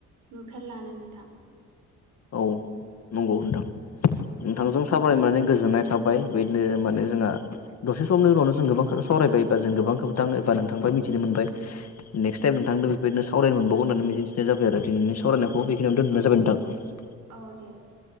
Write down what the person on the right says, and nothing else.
नुफेरलानो नोंथां
औ
औ
औ
औ
औ
औ दे